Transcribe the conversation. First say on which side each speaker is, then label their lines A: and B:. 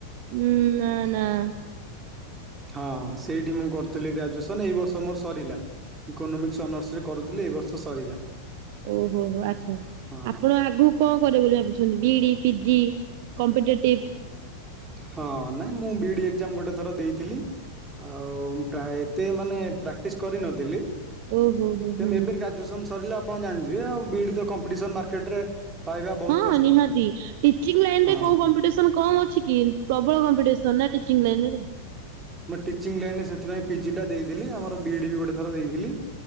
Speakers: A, on the right; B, on the right.
A: ହୁଁ ନାଁ ନାଁ।
B: ହଁ ସେଇଠି ମୁଁ କରୁଥିଲି ଗ୍ରାଜୁଏସନ ଏଇ ବର୍ଷ ମୋର ସରିଲା। ଇକୋନୋମିକ୍ସ ଅନର୍ସ ରେ କରୁଥିଲେ ଏ ବର୍ଷ ସରିଲା।
A: ଓହୋ ହୋ ଆଚ୍ଛା
B: ହଁ
A: ଆପଣ ଆଗକୁ କଣ କରିବେ ବୋଲି ଭାବିଛନ୍ତି? B E D, PG competitive
B: ହଁ ନାଇଁ ମୁଁ ବିଡି ଏକ୍ଜାମ ଗୋଟେ ଥର ଦେଇଥିଲି। ଆଉ ମୁ ଏତେ ମାନେ ପ୍ରାକ୍ଟିସ କରିନଥିଲି ସେ
A: ଓହୋ ହୋ ହୁଁ
B: ଏବେ ଗ୍ରାଜୁଏସନ ସରିଲେ ଆପଣ ଜାଣିଥିବେ ଆଉ ବି ଇ ଡି କମ୍ପିଟିସନ ମାର୍କେଟରେ। ପାଇବା ବହୁତ
A: ହଁ
B: କଷ୍ଟ
A: ନିହାତି ଟିଚିଙ୍ଗ ଲାଇନରେ
B: ହଁ
A: କୋଉ କମ୍ପିଟିସନ କମ ଅଛି କି ପ୍ରବଳ କମ୍ପିତିସନ୍ ନାଁ ଟିଚିଙ୍ଗ ଲାଇନ ରେ।
B: ମୋ ଟିଚିଂ ଲାଇନ ରେ ସେଥିପାଇଁ ପିଜିଟା ଦେଇଥିଲି ଆମର ବିଇଡି ବି ଗୋଟେ ଥର ଦେଇଥିଲି।